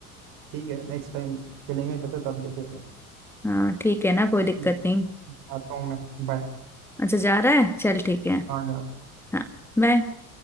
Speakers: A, on the right (about 55°); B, in the centre.
A: ठीक है नेक्स्ट टाइम खेलेंगे फिर से तब देखेंगे
B: हाँ ठीक है ना कोई दिक्कत
A: हम्म,
B: नहीं
A: आता हूँ मैं बाय
B: अच्छा जा रहा है चल ठीक है
A: हाँ बाय
B: हाँ मैं